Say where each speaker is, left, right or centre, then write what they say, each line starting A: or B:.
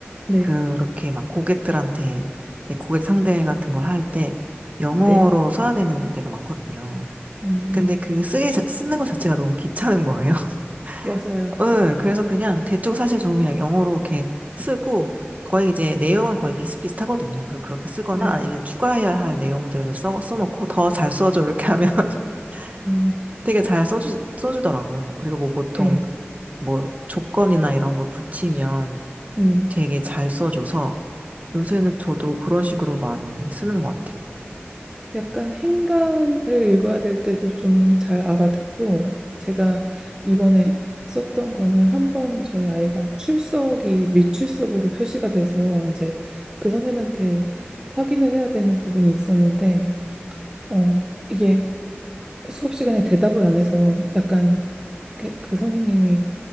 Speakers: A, on the right; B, on the right.
A: 네,
B: 그렇게 막 고객들한테 내 고객 상대 같은 걸 할 때 영어로
A: 네,
B: 써야 되는 때가 많거든요.
A: 음,
B: 근데 그 쓰기 자- 쓰는 것 자체가 너무 귀찮은 거예요. <laughs>
A: 맞아요.
B: 응, 그래서 그냥 대충 사실 저는 그냥 영어로 이렇게 쓰고 거의 이제 내용은 거의 비슷비슷하거든요. 그래서 그렇게 쓰거나
A: 네,
B: 아니면 추가해야 할 내용들을 써, 써놓고 더 잘 써줘 이렇게 하면 <laughs>
A: 아,
B: 되게 잘 써주, 써주더라고요. 그리고 뭐 보통
A: 예,
B: 뭐 조건이나 이런 거 붙이면
A: 음.
B: 되게 잘 써줘서 요새는 저도 그런 식으로 많이 쓰는 것 같아요.
A: 약간 행간을 읽어야 될 때도 좀 잘 알아듣고 제가 이번에 썼던 거는 한 번 저희 아이가 출석이 미출석으로 표시가 돼서 이제 그 선생님한테 확인을 해야 되는 부분이 있었는데 어 이게 수업 시간에 대답을 안 해서 약간 그, 그 선생님이